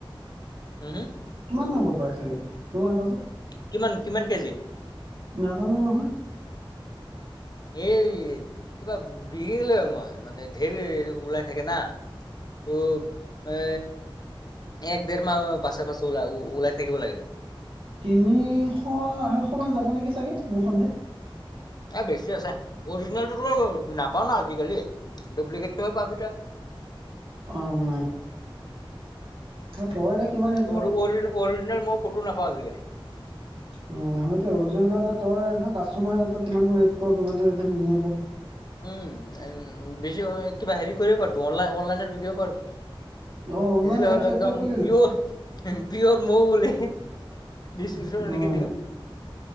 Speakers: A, on the left; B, on the right.
A: হম হম
B: কিমান হ'ব পাৰে চাগে, কিমান কচোন?
A: কিমান কিমান কেজি?
B: নাজানো নহয়।
A: এই কিবা বিকি দিলো মই মানে ধেৰ ওলাই থাকে না। ত এ এক দেৰ মাহ পাছে পাছে ওলাই ও ওলাই থাকিব লাগে।
B: তিনিশ, অৰৈশ মান যাব নেকি চাগে মোৰ সন্দেহ।
A: এই বেছি আছে, অৰিজিনেলটোতো নাপাওঁ ন আজিকালি, ডব্লিকেটটোৱে পাবি তই।
B: অ' তইৰে কিমান ৰেত
A: অৰু অৰিজিন, অৰিজিনেল মই ক'তো নাপাওঁ আজিকালি।
B: অ, সেইটোৱে অৰিজিনেল এটা তই কাষ্টমাৰ এটাক কিমানটো ৰেট ক, কিমানটো ৰেটত নিয়ে বা।
A: উম উম বেছি হয় কিবা হেৰি কৰিব পাৰোটো অনলাইন অনলাইনত বিক্ৰীব পৰোটো
B: অ অনলাইন
A: দি দিলেই
B: ৱেবচাইট
A: হ'ল একদম
B: এটা খুলি ল
A: পিউৰ, পিউৰ মৌ বুলি ডিচিছন
B: অ
A: লিখি দিওঁ।